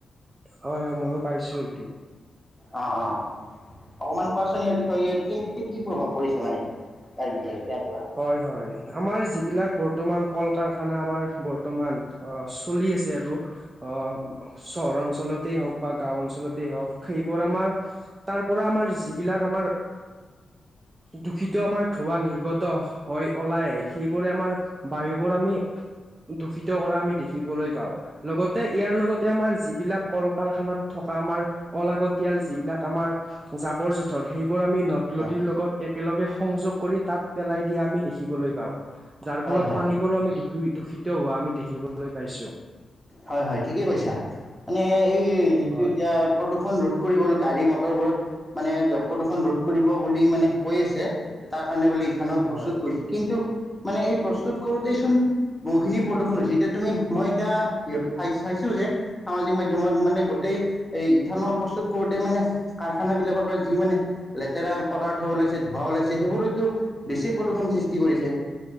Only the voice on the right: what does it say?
হয় হয় মইয়ো পাইছো এইটো।
হয় হয় আমাৰ যিবিলাক বৰ্তমান কল কাৰখানা আমাৰ বৰ্তমান অহ চলি আছে আৰু অহ চহৰ অঞ্চলতেই হওঁক বা গাঁও অঞ্চলতেই হওঁক সেইবোৰ আমাৰ তাৰ পৰা আমাৰ যিবিলাক আমাৰ দূষিত আমাৰ ধোঁৱা নিৰ্গত মুক্ত হৈ ওলাই সেইবোৰে আমাৰ বায়ু বোৰ আমি দূষিত কৰা আমি দেখিবলৈ পাওঁ লগতে ইয়াৰ লগতে আমাৰ যিবিলাক কল কাৰখানাত থকা আমাৰ অলাগতীয়াল যিবিলাক আমাৰ জাবৰ জো ধৰ সেইবোৰ আমি নদ নদী
লগত একেলগে সংযোগ কৰি তাত পেলাই দিয়া আমি দেখি দেখিবলৈ পাওঁ যাৰ
ফলত
পানীবোৰো আমি দূষি দূষিত হোৱা আমি দেখিবলৈ পাইছো
হয়
হয়